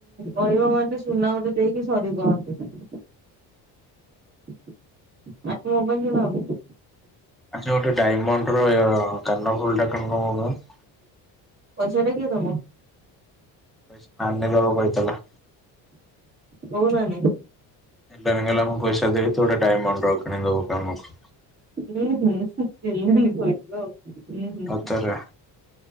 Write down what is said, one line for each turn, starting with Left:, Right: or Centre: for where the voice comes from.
Right: କହିବ ମାନେ ସୁନା ଗୋଟେ ଦେଇକି ସରି କୁହନ୍ତି। <unintelligible>
Centre: ଆଜି ଗୋଟେ ଡାଇମଣ୍ଡର କାନଫୁଲଟା କିଣୁନୁ ମୋ ପାଇଁ।
Right: ପଇସା ଟା କିଏ ଦବ।
Centre: ପଇସା ନାନି ଦବ କହିଥିଲା।
Right: କୋଉ ନାନୀ?
Centre: <unintelligible> ହେଲା ମୁଁ ପଇସା ଦେବି ତୁ ଗୋଟେ ଡାଇମଣ୍ଡ ର କିଣି ଦବୁ କାଣକୁ।
Right: ହୁଁ ହୁଁ ହୁଁ ହେଲାନି ପଇସା ଆଉ।
Centre: ସତରେ